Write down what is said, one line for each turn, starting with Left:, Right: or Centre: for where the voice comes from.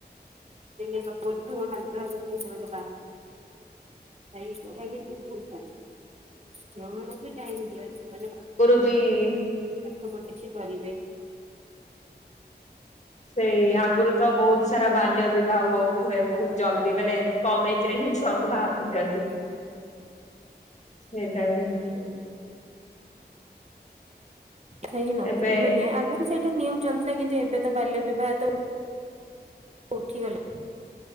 Right: ଏବେ <inaudible> <unintelligible>
Left: ହୁଏ।
Right: ପାଠ ପଢ଼ି କିଛି କରିବେ।
Left: ସେୟା ଆଗରୁ ତ ବହୁତ ସାରା ବାଲ୍ୟ ବିବାହ ହ ହୁଏ। ବହୁତ ଜଲଦି ମାନେ କମ ଏଜ ରେ ହିଁ ଛୁଆଙ୍କୁ ବାହା କରିଦିଆଯାଏ। ସେ ଟାଇମରେ
Right: <inaudible> ସେଇ ନ
Left: ଏବେ
Right: ଥା ନୁହେଁ ଆଗରୁ ସେଇଟା ନିୟମ ଚାଲଛି ସେବେ କିନ୍ତୁ ଏବେ ତ ବାଲ୍ୟ ବିବାହ ତ <inaudible> ଉଠିଗଲା।